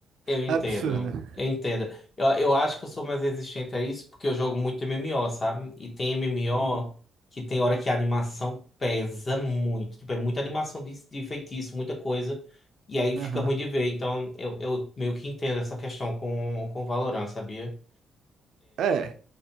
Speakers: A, on the left; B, on the right.
A: Eu entendo,
B: absurda.
A: eu entendo. Eu, eu acho que eu sou mais resistente a isso porque eu jogo muito MMO, sabe? E tem MMO
B: Uhum.
A: que tem hora que a animação pesa muito. Tipo, é muita animação de, de feitiço, muita coisa. E aí
B: Aham.
A: fica ruim de ver. Então eu, eu meio que entendo essa questão com, com Valorant, sabia?
B: É,